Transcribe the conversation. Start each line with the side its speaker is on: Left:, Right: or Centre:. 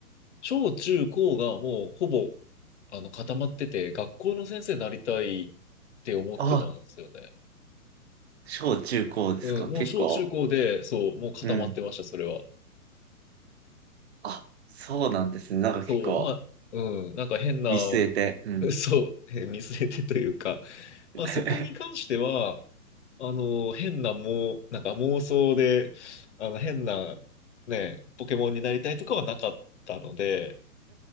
Left: 小中高がもうほぼ、あの、固まってて、学校の先生になりたいって思ってたんですよね。
Right: あ、小中高ですか。
Left: うん、もう小中高で、
Right: 結構、
Left: そう、もう固まってました、
Right: うん。
Left: それは。
Right: あ、そうなんですね。なんか結構
Left: そう、まあ、うん、なんか変な
Right: 見据えて、うん。
Left: <laughs> そう、えー見据えてというか、
Right: <laughs>
Left: まあそこに関しては、あの、変なもう、なんか妄想で、あの、変な、ね、ポケモンになりたいとかはなかったので、